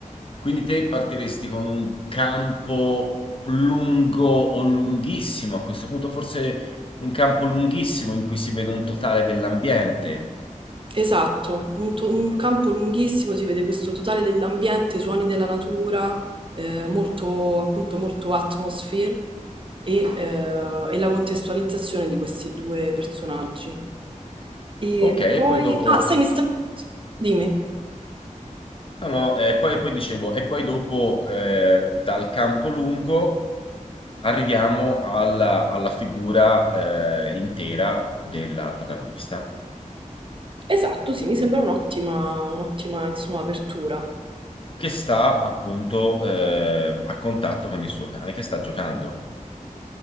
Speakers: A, on the left; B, on the right.
A: Quindi te partiresti con un campo lungo o lunghissimo, a questo punto forse un campo lunghissimo in cui si vede un totale dell'ambiente.
B: Esatto, un, to- un campo lunghissimo, si vede questo totale dell'ambiente, suoni della natura, eh, molto, appunto, molto atmosphere e, eh, e la contestualizzazione di questi due personaggi. E
A: Ok, e
B: poi,
A: poi dopo
B: ah, sai, mi sta... Dimmi.
A: No, no, e poi, poi dicevo, e poi dopo eh, dal campo lungo arriviamo alla, alla figura eh, intera della protagonista,
B: Esatto, sì, mi sembra un'ottima, un'ottima, insomma, apertura.
A: che sta appunto eh, a contatto con il suo cane, che sta giocando.